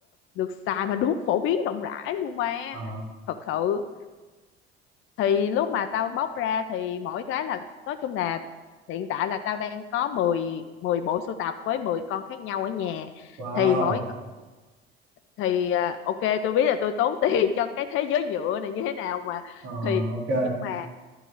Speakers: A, on the left; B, on the right.
A: được xài mà đúng phổ biến rộng rãi luôn ba
B: Ờ,
A: thật sự thì lúc mà tao bóc ra thì mỗi cái là nói chung là hiện tại là tao đang có 10 10 bộ sưu tập với 10 con khác nhau ở nhà
B: wow
A: thì mỗi thì à, ok tôi biết là tôi tốn <laughs> tiền cho cái thế giới nhựa này như thế nào mà
B: Ờ,
A: thì
B: ok
A: nhưng mà